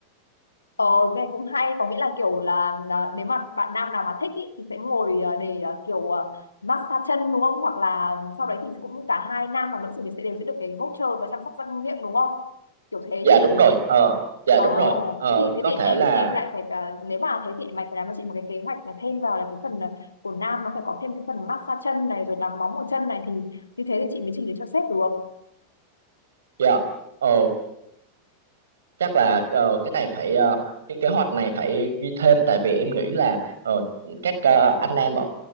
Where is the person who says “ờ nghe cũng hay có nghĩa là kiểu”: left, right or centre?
Left